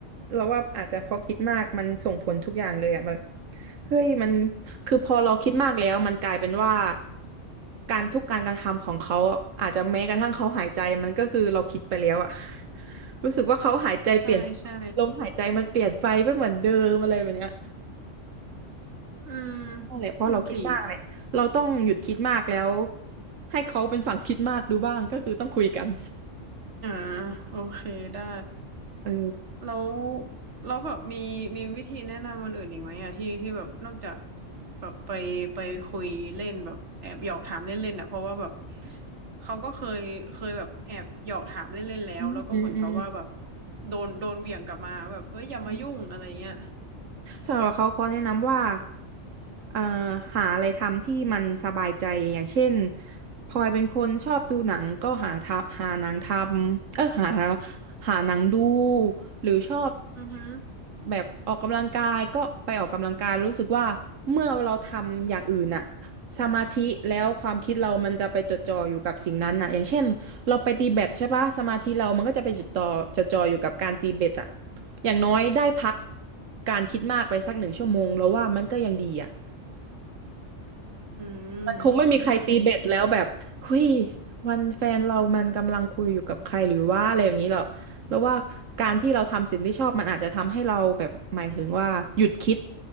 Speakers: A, on the right; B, on the right.
A: เราวว่าอาจจะพอคิดมากมันส่งผลทุกอย่างเลยอะแบบเฮ้ยมันคือพอเราคิดมากแล้วมันกลายเป็นว่าการทุกการกระทำของเขาอะอาจจะแม้กระทั่งเขาหายใจมันก็คือเราคิดไปแล้วอะ <laughs> รู้สึกว่าเขาหายใจเปลี่ยน
B: ใช่ใช่
A: ลมหายใจมันเปลี่ยนไปไม่เหมือนเดิมอะไรแบบเนี้ย
B: อืม
A: นั่นแหละเพราะเราคิดมากเลยเราต้องหยุดคิดมากแล้ว
B: นั่นสิ
A: ให้เขาเป็นฝั่งคิดมากดูบ้างก็คือต้องคุยกัน
B: อ่าโอเคได้
A: เออ
B: แล้วแล้วแบบมีมีวิธีแนะนำคนอื่นอีกไหมอะที่ที่แบบนอกจากแบบไปไปคุยเล่นแบบแอบหยอกถามเล่นๆอะเพราะว่าแบบเขาก็เคยเคยแบบแอบหยอกถามเล่นๆแล้วแล้วก็เหมือนกับว่าแบบ
A: อืมอืมอื
B: โดนโดนเหวี่ยงกลับมาแบบเอ้ยอย่ามายุ่งอะไรเงี้ย
A: ม สำหรับเขาเขาแนะนำว่าเอ่อหาอะไรทำที่มันสบายใจอย่างเช่นพลอยเป็นคนชอบดูหนังก็หาทำหาหนังทำเออหาหาหนังดูหรือชอบ
B: อือฮึ
A: แบบออกกำลังกายก็ไปออกกำลังกายรู้สึกว่าเมื่อเราทำอย่างอื่นน่ะสมาธิแล้วความคิดเรามันจะไปจดจ่ออยู่กับสิ่งนั้นน่ะอย่างเช่นเราไปตีแบดใช่ปะสมาธิเรามันก็จะไปจดจ่อจดจ่ออยู่กับการตีแบดอ่ะ อย่างน้อยได้พักการคิดมากไปสักหนึ่งชั่วโมงแล้วว่ามันก็ยังดีอ่ะ
B: อืม
A: มันคงไม่มีใครตีเบ็ดแล้วแบบเฮ้ย
B: โอเค
A: วันแฟนเรามันกำลังคุยอยู่กับใครหรือว่าอะไรแบบนี้หรอกแล้วว่าการที่เราทำสิ่งที่ชอบมันอาจจะทำให้เราแบบหมายถึงว่าหยุดคิด